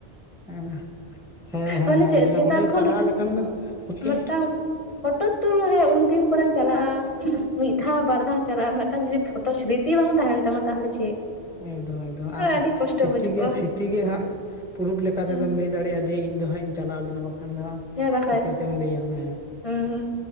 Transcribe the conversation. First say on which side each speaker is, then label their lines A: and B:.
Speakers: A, in the centre; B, on the left.
A: ᱦᱮᱸ ᱦᱮᱸ
B: ᱢᱟᱱᱮ
A: ᱦᱮᱸ
B: ᱪᱮᱫ
A: ᱮᱠᱫᱚᱢ
B: ᱪᱮᱛᱟᱱ
A: ᱚᱸᱰᱮ
B: ᱠᱷᱚᱱ
A: ᱪᱟᱞᱟᱣ ᱞᱮᱠᱷᱟᱱ ᱫᱚ ᱦᱮᱸ
B: ᱢᱤᱫᱴᱟᱝ ᱯᱷᱴᱳ ᱛᱩᱞ ᱦᱮᱸ ᱩᱱᱫᱤᱱ ᱯᱚᱨᱮᱢ ᱪᱟᱞᱟᱜᱼᱟ ᱢᱤᱫ ᱫᱷᱟᱣ ᱵᱟᱨ ᱫᱷᱟᱣᱮᱢ ᱪᱟᱞᱟᱜᱼᱟ᱾ ᱟᱨ ᱡᱩᱫᱤ ᱯᱷᱴᱳ ᱥᱨᱤᱛᱤ ᱵᱟᱝ ᱛᱟᱦᱮᱱ ᱛᱟᱢᱟ ᱛᱟᱦᱚᱞᱮ ᱪᱮᱫ᱾
A: ᱮᱠᱫᱚᱢ ᱮᱠᱫᱚᱢ ᱟᱨ
B: ᱟᱹᱰᱤ ᱠᱚᱥᱴᱚ
A: ᱥᱤᱛᱤ
B: ᱵᱩᱡᱽ ᱠᱚᱜᱼᱟ
A: ᱜᱮ ᱥᱤᱛᱤ ᱦᱟᱸᱜ ᱯᱩᱨᱩᱵ ᱞᱮᱠᱟ ᱞᱮᱠᱟ
B: ᱦᱩᱸ
A: ᱛᱮᱫᱚᱢ ᱞᱟᱹᱭ ᱫᱟᱲᱮᱭᱟᱜᱼᱟ᱾ ᱡᱮ ᱤᱧᱫᱚ ᱦᱟᱸᱜ ᱤᱧ ᱪᱟᱞᱟᱣ ᱞᱮᱱᱟ ᱵᱟᱠᱷᱟᱱ ᱫᱚ ᱦᱟᱸᱜ
B: ᱦᱮᱸ ᱵᱟᱠᱷᱟᱡ
A: ᱪᱤᱠᱟᱹᱛᱮᱢ
B: ᱫᱚ
A: ᱞᱟᱹᱭᱟ ᱦᱮᱸ
B: ᱦᱩᱸ